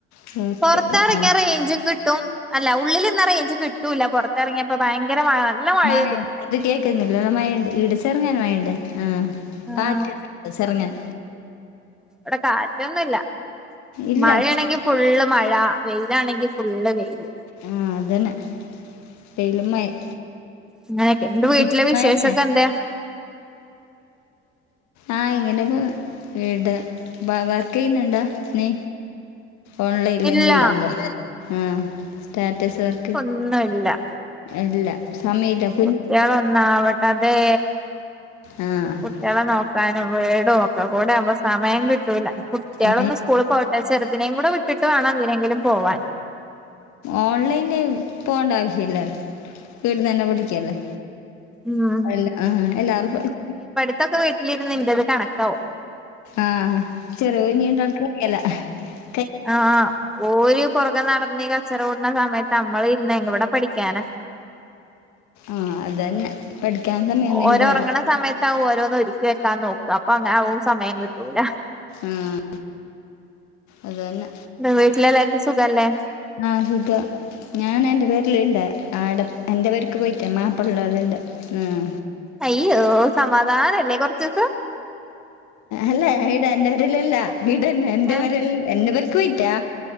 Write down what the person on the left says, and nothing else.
കേക്ക്-
ആ.
മഴണ്ട്
അത് കേൾക്കുന്നില്ല മഴയുണ്ട് ഇവിടെ ചെറുങ്ങന മഴയിണ്ട് ആഹ്
കാറ്റ് ചെറങ്ങുന
ഇല്ല
ആഹ് അതന്നെ വെയിലും മയേം
ഇപ്പോ
അയന്നെ
ആഹ് ഇങ്ങനെ പോന്ന് ഇവിടെ വ വർക്ക് ചെയ്യുന്നുണ്ടോ നീ? ഓൺലൈനിൽ
<unintelligible> ആഹ് സ്റ്റാറ്റസ് വർ
അല്ല സമയില്ല-
ആഹ്
സമയം
ഓൺലൈനില് പോകേണ്ട ആവശ്യല്ല വീട്ടി തന്നെ പഠിക്കല്ലേ-
അല്ല ആഹ് എല്ലാർക്കും-
ആഹ് ചെറിയ കുഞ്ഞീണ്ട് <unintelligible>
ആഹ് അതന്നെ പഠിക്കാൻ സമയൊന്നു
ഉണ്ടാവില്ല.
ഉം അതന്നെ
ആഹ് സുഖാ ഞാനെന്റെ പെരേലുണ്ട് ആടെ എന്റെ പെരക്ക് പോയിട്ടേ മാപ്പിളടെ ഉണ്ട് ഉം
അല്ല ഇടാ എന്റെ പേരെലല്ല ഇടന്നേ എന്റെ
പെരേൽ എന്റെ പെരക്ക് പോയിറ്റാ